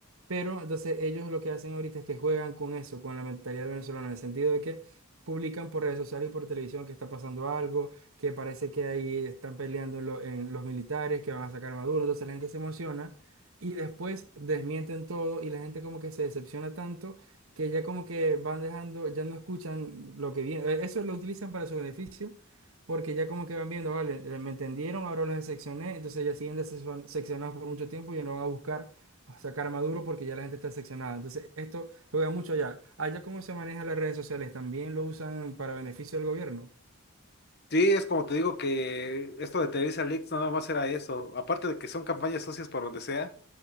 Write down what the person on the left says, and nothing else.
Sí, es como te digo que esto de Televisa Leaks no nada más era eso. Aparte de que son campañas socias por donde sea,